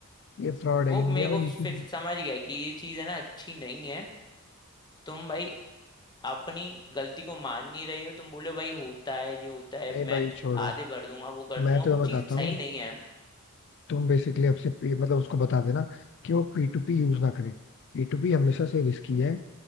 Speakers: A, on the left; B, on the left.
A: ये फ्रॉड है
B: वो
A: इंडिया
B: मेरे को
A: में ये
B: फिर
A: चीज
B: समझ गया कि ये चीज़ है ना अच्छी नहीं है तुम भाई अपनी गलती को मान नहीं रहे हो तुम बोले भाई होता है ये होता है
A: नहीं भाई
B: मैं
A: छोड़ो
B: आधे भर दूंगा वो कर दूंगा
A: मैं तुम्हें
B: वो
A: बताता
B: चीज सही
A: हूँ
B: नहीं है
A: तुम बेसिकली आपसे पे- मतलब उसको बता देना कि वो पी टू पी यूज ना करे पी टू पी हमेशा से रिस्की है